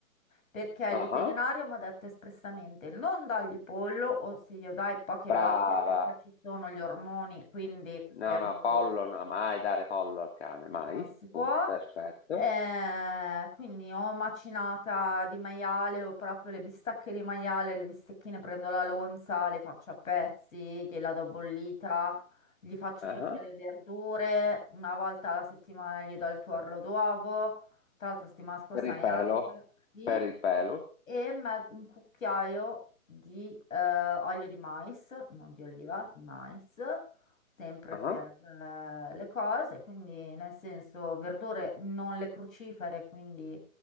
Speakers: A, on the left (about 65°); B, on the left (about 50°).
A: perché il
B: Ah,
A: veterinario
B: ah,
A: mi ha detto espressamente non dargli pollo o se glielo dai poche
B: Brava.
A: volte perché ci sono gli ormoni, quindi per
B: No,
A: lui
B: no, pollo, no, mai dare pollo al cane, mai.
A: non si può.
B: Punto, perfetto.
A: Eh, quindi o macinata di maiale o proprio le bistecche di maiale, le bistecchine prendo la lonza, le faccio a pezzi, gliela do bollita, gli faccio
B: Ah,
A: tutte
B: ah.
A: le verdure, una volta alla settimana gli do il tuorlo d'uovo, tra l'altro settimana scorsa
B: Per il
A: neanche,
B: pelo,
A: sì,
B: per il pelo.
A: e me- un cucchiaio di eh, olio di mais, non di oliva, di mais sempre
B: Ah,
A: per
B: ah.
A: eh, le cose, quindi nel senso verdure non le crucifere, quindi